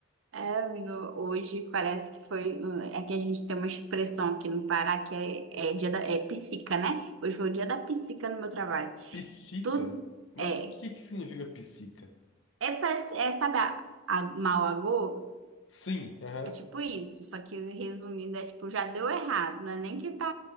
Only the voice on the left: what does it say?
Psica?
Mas
o que que significa psica?
Sim, aham.